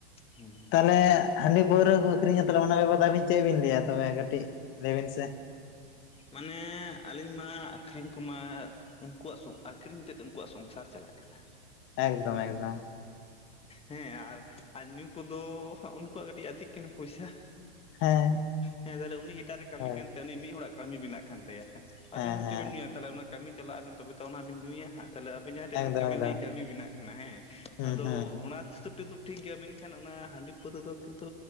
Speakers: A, on the left; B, on the left.
A: ᱦᱩᱸ
B: ᱛᱟᱦᱚᱞᱮ ᱦᱟᱺᱰᱤ ᱯᱟᱹᱣᱨᱟᱹ ᱠᱚ ᱟᱹᱠᱷᱨᱤᱧᱟ ᱛᱟᱞᱮ ᱚᱱᱟ ᱵᱟᱯᱚᱫ ᱟᱹᱵᱤᱱ ᱪᱮᱫ ᱵᱤᱱ ᱞᱟᱹᱭᱟ ᱛᱚᱵᱮ ᱠᱟᱹᱴᱤᱡ ᱞᱟᱹᱭ ᱵᱤᱱ ᱥᱮ
A: ᱢᱟᱱᱮ ᱟᱹᱞᱤᱧ ᱢᱟ ᱟᱠᱷᱨᱤᱧ ᱠᱚᱢᱟ ᱩᱱᱠᱩᱣᱟᱜ ᱟᱠᱷᱨᱤᱧ ᱛᱮ ᱫᱚ ᱩᱱᱠᱩᱣᱟᱜ ᱥᱚᱝᱥᱟᱨ ᱪᱟᱞᱟᱜ ᱠᱟᱱᱟ
B: ᱮᱠᱫᱚᱢ ᱮᱠᱫᱚᱢ
A: ᱦᱮᱸ ᱟᱨ ᱟᱨ ᱧᱩ ᱠᱚᱫᱚ ᱩᱱᱠᱩᱣᱟᱜ ᱠᱟᱹᱴᱤᱡ ᱟᱹᱫᱷᱤᱜ ᱠᱟᱱᱟ ᱯᱚᱭᱥᱟ
B: ᱦᱮᱸ
A: ᱦᱮᱸ ᱛᱟᱦᱚᱞᱮ ᱩᱱᱤ ᱮᱴᱟᱜ ᱨᱮ ᱠᱟᱹᱢᱤ
B: ᱦᱳᱭ
A: ᱠᱟᱱ ᱛᱟᱭᱟ ᱩᱱᱤ ᱢᱤᱫ ᱦᱚᱲᱟᱜ ᱠᱟᱹᱢᱤ ᱵᱮᱱᱟᱜ ᱠᱟᱱ ᱛᱟᱭᱟ ᱟᱵᱤᱱ
B: ᱦᱮᱸ
A: ᱦᱚᱭᱵ
B: ᱦᱮᱸ
A: ᱛᱚ ᱵᱤᱱ ᱧᱩᱩᱭᱟ ᱛᱟᱦᱚᱞᱮ ᱚᱱᱟ ᱠᱟᱹᱢᱤ ᱪᱟᱞᱟᱜ ᱟᱵᱤᱱ ᱛᱚᱵᱮ ᱛᱚ ᱚᱱᱟᱵᱤᱱ ᱧᱩᱩᱭᱟ ᱦᱟᱸᱜ ᱛᱟᱦᱚᱞᱮ ᱟᱵᱮᱱ ᱡᱟᱦᱟᱸ ᱴᱷᱮᱱ
B: ᱮᱠᱫᱚᱢ
A: ᱵᱮᱱ ᱠᱟᱹᱢᱤᱭᱟ
B: ᱮᱠᱫᱚᱢ
A: ᱩᱱ ᱠᱟᱹᱢᱤ ᱵᱮᱱᱟᱜ ᱠᱟᱱᱟ ᱦᱮᱸ
B: ᱦᱩᱸ
A: ᱟᱫᱚ
B: ᱦᱩᱸ
A: ᱚᱱᱟ ᱦᱤᱥᱟᱹᱵ ᱛᱮᱫ ᱴᱷᱤᱠ ᱜᱮᱭᱟ ᱢᱮᱱᱠᱷᱟᱱ ᱚᱱᱟ ᱦᱟᱺᱰᱤ ᱯᱟᱹᱣᱨᱟᱹ ᱫᱚ ᱠᱤᱱᱛᱩ